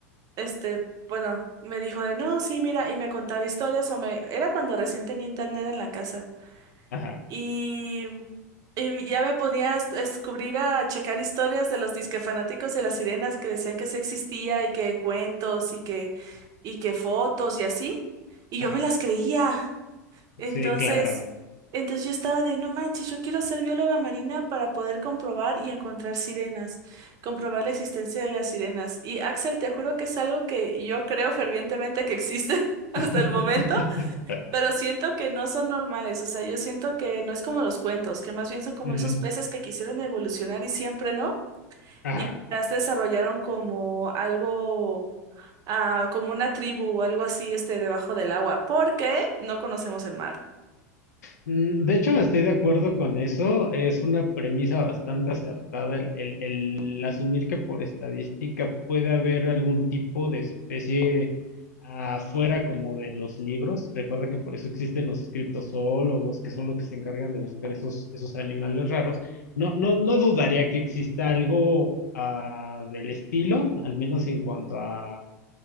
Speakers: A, on the right (about 45°); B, on the left (about 80°).
A: este, bueno, me dijo de no, sí, mira, y me contaba historias o me, era cuando recién tenía internet en la casa.
B: ajá,
A: Y, y ya me ponía a est- a descubrir, a checar historias de los disque fanáticos de las sirenas que decían que sí existía y que cuentos y que, y que fotos y así. Y
B: ajá.
A: yo me las creía. Entonces,
B: Sí, claro.
A: entonces yo estaba de, no manches, yo quiero ser bióloga marina para poder comprobar y encontrar sirenas, comprobar la existencia de las sirenas. Y Axel, te juro que es algo que yo creo fervientemente que existe <laughs> hasta
B: <laughs>
A: el momento. Pero siento que no son normales, o sea, yo siento que no es como los cuentos, que más bien son como
B: Ujú,
A: esos peces que quisieron evolucionar y siempre no,
B: Ajá.
A: y quizás desarrollaron como algo, ah, como una tribu o algo así, este, debajo del agua, porque no conocemos el mar.
B: Mm, De hecho, estoy de acuerdo con eso. Es una premisa bastante acertada el, el- el asumir que por estadística puede haber algún tipo de especie afuera como de los libros. Recuerda que por eso existen los criptozoólogos, que son los que se encargan de buscar esos, esos animales raros. No, no, no dudaría que exista algo ah, del estilo, al menos en cuanto a